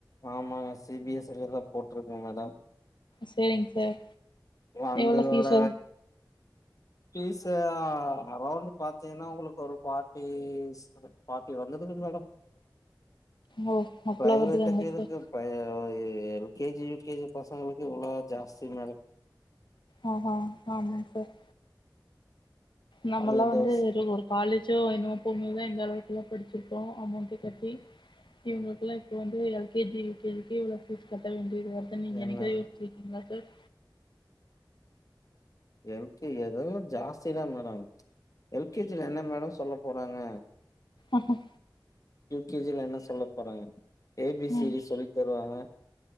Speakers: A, on the left; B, on the left.
A: ஆமாங்க சி பி எஸ் இ தான் போட்டிருக்கே மேடம்
B: சேரிங்க சார்
A: வந்ததோட
B: எவ்ளோ ஃபீஸு
A: பீஸ் அரௌண்ட் பாத்தீங்கன்னா உங்களுக்கு ஒரு ஃபார்ட்டி ஃபார்ட்டி வந்துருக்கு மேடம்
B: ஓ அவ்ளோ
A: பிரைவேட்
B: வருதுங்களா
A: எதுக்கு
B: சார்
A: <unintelligible> எல் கேஜி யு கேஜி பசங்களுக்கு இவ்ளோ ஜாஸ்தி மேடம்
B: அஹ அஹ ஆமா சார் நம்ம
A: அது
B: எல்லா
A: இந்த
B: வந்து
A: வருஷ
B: ஒரு காலேஜோ என்னமோ போகும்போதுதான் இந்த அளவுக்கு படிச்சிருப்போம் அமௌண்ட் கட்டி இவங்களுக்கு எல்லாம் இப்ப வந்து எல்கேஜி யுகேஜி்கே இவளோ பீஸ் கட்ட வேண்டி இவ்ளோ வருதுன்னு நீங்க
A: என்ன
B: எனக்காது யோசிச்சிருக்கீங்களா <unintelligible>
A: எல்கேஜி அதெல்லாம் ஜாஸ்தி தா மேடம் எல்கேஜில என்ன மேடம் சொல்ல போன வாங்க
B: ஆஹஹ
A: யூ கேஜில என்ன சொல்ல போறாங்க ஏபிசிடி
B: ம்
A: சொல்லி தருவாங்க